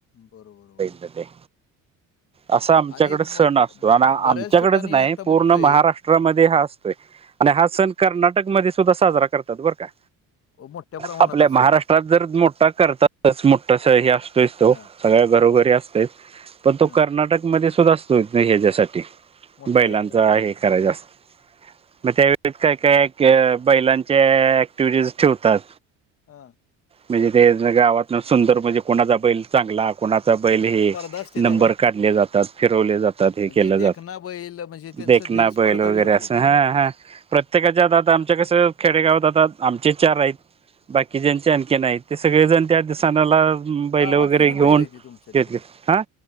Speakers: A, on the left; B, on the right.
A: बर, बर, बर.
B: होते. असा आमच्याकडे
A: आणि
B: सण
A: मग क-
B: असतो
A: ब
B: आणि
A: ब बऱ्याच
B: आमच्याकडेच
A: ठिकाणी
B: नाही
A: आता
B: पूर्ण
A: बघतोय
B: महाराष्ट्रामध्ये हा असतोय. आणि हा सण कर्नाटकमध्ये सुद्धा साजरा करतात बरं काय.
A: मोठ्या प्रमाणात
B: आपल्या
A: असेल.
B: महाराष्ट्रात जर मोठा करतातच मोठास हे असतोस तो
A: हां.
B: सगळ्या घरोघरी असतोय पण तो
A: हं.
B: कर्नाटकमध्ये सुद्धा असतोय ह्याच्यासाठी
A: मोठा
B: बैलांचं
A: एकदम.
B: हे करायचं असत. मग त्यावेळेत काय, काय बैलांच्या ऍक्टिव्हटीज ठेवतात.
A: हां.
B: म्हणजे ते गावातन सुंदर म्हणजे कोणाचा बैल चांगला कोणाचा बैल हे
A: स्पर्धा असते
B: नंबर
A: त्या काय?
B: काढले जातात. फिरवले जातात हे
A: म्हणजे
B: केलं जात
A: देखना बैल म्हणजे त्यांचं
B: देखना
A: ते स्पर्धा
B: बैल वगैरे
A: ठेवते
B: असं
A: ती.
B: हा. हा आता आमच्या कसं खेडेगावात आता आमचे चार आहेत, बाकी ज्यांचे आणखी. नाही ते सगळेजण त्या दिसानाला बैल
A: गावात
B: वगैरे
A: किती
B: घेऊन
A: बैल आहे ती तुमच्या
B: घेतले
A: तिकडे?
B: हा